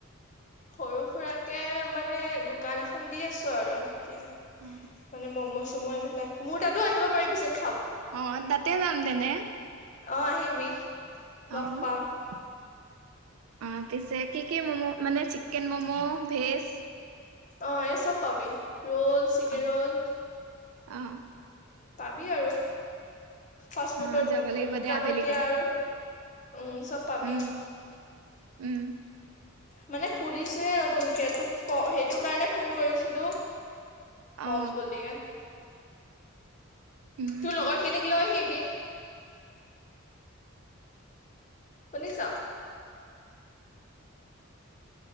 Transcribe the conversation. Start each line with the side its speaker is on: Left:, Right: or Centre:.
Left: সৰু- সুৰাকে মানে দোকান এখন দি আছো আৰু। এতিয়া
Right: অ
Left: মানে মম' চম' এইবিলাক মোৰ তাতো আহিব পাৰিবিচ।
Right: অ, তাতে নাম দেনে।
Left: অ, আহিবি।
Right: আহ,
Left: লগ পাম
Right: অ, পিছে কি - কি মম' মানে চিকেন মম' ভেজ
Left: অ, এ চব পাবি ৰল চিকেন
Right: অ
Left: ৰল
Right: অ
Left: পাবি আৰু ফাষ্টফুৰ্ডৰ
Right: অ যাব লাগিব
Left: দোকান
Right: দে আবেলিকে
Left: যেতিয়া আৰু উম, চব পাবি।
Right: উম উম
Left: মানে খুলিছোহে নতুনকে তোক ক সেইটো কাৰণে ফোন কৰিছিলো। কম
Right: অ
Left: বুলিয়ে।
Right: উম
Left: তোৰ লগৰ খিনিক লৈ আহিবি। শুনিছ।